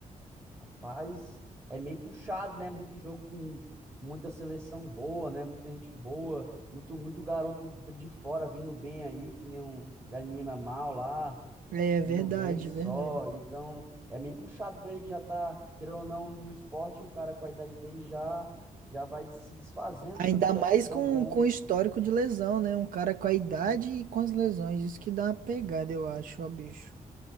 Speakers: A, on the right (about 20°); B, on the right (about 85°).
A: Rapaz, é meio puxado, né? Muito jogo com muita seleção boa, né? Muita gente boa, muito muito garoto de fora vindo bem aí, que nem um da minha mal lá,
B: É
A: vindo
B: verdade,
A: bem que só.
B: verdade.
A: Então, é meio puxado para ele que já tá, querendo ou não, no esporte, o cara com a idade dele já já vai se desfazendo,
B: Ainda
A: né? Não fica
B: mais
A: tão
B: com,
A: bom.
B: com o histórico de lesão, né? Um cara com a idade e com as lesões. Isso que dá uma pegada, eu acho, ó, bicho.